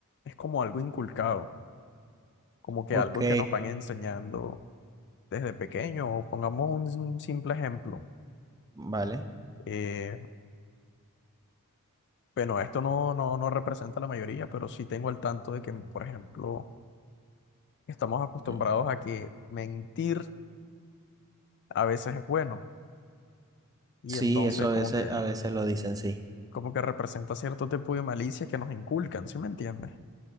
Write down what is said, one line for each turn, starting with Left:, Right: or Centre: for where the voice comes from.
Left: es como algo inculcado, como que
Right: ok,
Left: algo que nos van enseñando desde pequeño, o pongamos un, simple ejemplo.
Right: vale.
Left: eh, bueno, esto no, no, no representa la mayoría, pero sí tengo al tanto de que, por ejemplo, estamos acostumbrados
Right: Mm,
Left: a que mentir a veces es bueno y
Right: Sí,
Left: entonces
Right: eso a
Left: como
Right: veces,
Left: que,
Right: a veces lo dicen, sí.
Left: como que representa cierto tipo de malicia que nos inculcan, ¿sí me entiendes?